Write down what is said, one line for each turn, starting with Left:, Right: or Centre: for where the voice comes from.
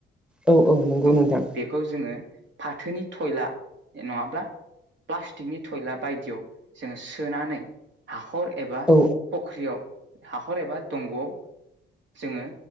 Centre: औ नंगौ
Right: औ
Centre: नोंथां
Right: बेखौ जोङो। फाथोनि थयला नङाब्ला। प्लास्टिकनि टयला बायदियाव जोङो सोनानै हा हाखर एबा
Centre: औ
Right: फख्रियाव हाखर एबा दंग'आव जोङो